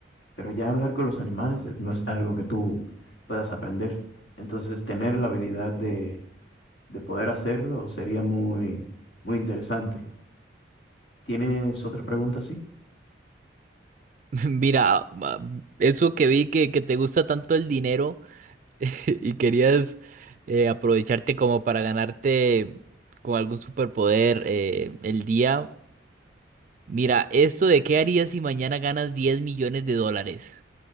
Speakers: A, on the left; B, on the right.
A: Pero ya hablar con los animales eh, no es algo que tú puedas aprender. Entonces, tener la habilidad de, de poder hacerlo sería muy, muy interesante. ¿Tienes otra pregunta así?
B: <laughs> Mira, ah, ma- eso que vi que, que te gusta tanto el dinero. <laughs> y querías eh, aprovecharte como para ganarte con algún superpoder eh, el día. Mira, esto de qué harías si mañana ganas diez millones de dólares.